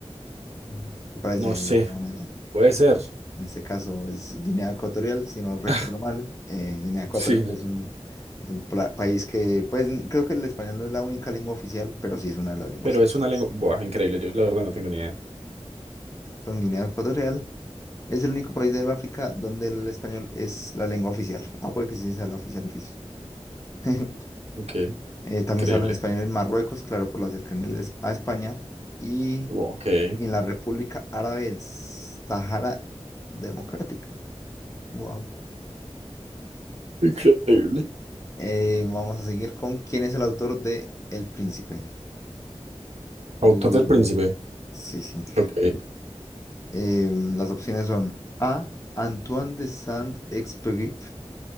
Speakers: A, on the left; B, on the right.
A: Me parece
B: No sé,
A: una buena idea.
B: puede ser.
A: En este caso es Guinea Ecuatorial, si no recuerdo
B: <laughs>
A: mal. Eh, Guinea Ecuatorial
B: Sí,
A: es un, es un pla- país que, pues creo que el español no es la única lengua oficial, pero sí es una de las lenguas
B: pero
A: oficiales.
B: es una lengua. Buah, increíble. Yo la verdad no tengo ni idea.
A: con Guinea Ecuatorial es el único país del África donde el español es la lengua oficial. Ah, puede que sí sea la oficial oficial. <laughs>
B: Ok.
A: Eh, también
B: Increíble.
A: se habla en español en Marruecos, claro, por la cercanía de es- a España. Y,
B: Wow, Ok.
A: y en la República Árabe del Sahara Democrática. Wow.
B: Increíble.
A: Eh, vamos a seguir con quién es el autor de El Príncipe.
B: Autor
A: L-
B: del Príncipe.
A: sí, sí.
B: Ok.
A: Em, las opciones son A. Antoine de Saint-Exupéry.